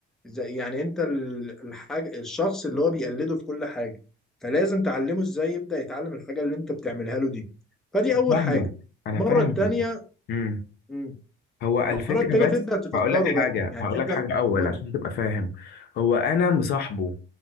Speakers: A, in the centre; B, on the left (about 55°).
A: زي يعني انت ال- الحاجة الشخص اللي هو بيقلده في كل حاجة فلازم تعلمه ازاي يبدأ يتعلم الحاجة اللي انت بتعملها له دي فدي اول
B: فاهمك
A: حاجة
B: انا
A: المرة
B: فاهمك
A: التانية
B: امم
A: مم.
B: هو الفكره
A: المرة التانية تبدأ
B: بس
A: تفكره
B: هقول لك حاجه
A: بقى يعني
B: هقول
A: تبدأ
B: لك حاجه اول
A: تقول
B: عشان تبقى فاهم هو انا مصاحبه